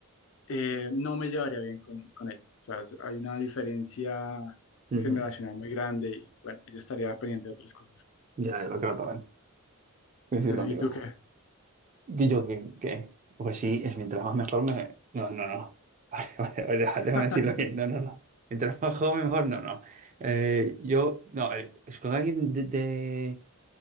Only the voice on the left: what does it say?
eh, no me llevaría bien con, con ella. O sea, es- hay una diferencia
generacional muy grande y bueno, ella estaría pendiente de otras cosas.
<laughs>
¿Y tú qué?
<laughs>